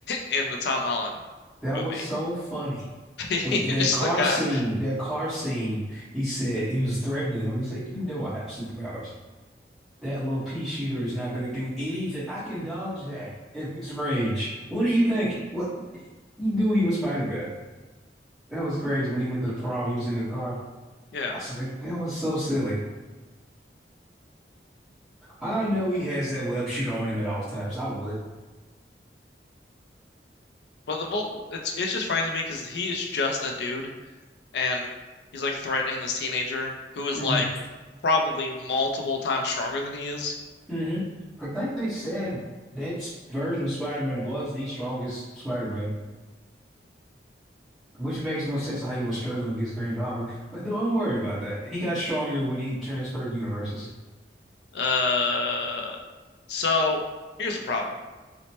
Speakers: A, on the left (about 70°); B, in the centre.
A: in the Tom Holland
B: That
A: movie.
B: was so funny.
A: <laughs> He's
B: When that
A: just
B: car
A: a guy.
B: scene, that car scene, he said he was threatening him. He said, "You know I have superpowers. That little pea shooter is not going to do anything. I can dodge that at this range. What do you think?" What he knew he was Spider-Man. That was crazy. When he went to the prom, he was in his car.
A: Yeah.
B: I was like, that was so silly. I know he has that web shooter on him at all times. I would.
A: But the Vol it's it's just fine to me because he is just a dude and he's like threatening this teenager who is
B: hmm
A: like probably multiple times stronger than he is.
B: hmm I think they said that s- version of Spider-Man was the strongest Spider-Man, which makes no sense how he was struggling against Green Goblin. But don't worry about that. He got stronger when he transferred universes.
A: Uh, so here's the problem.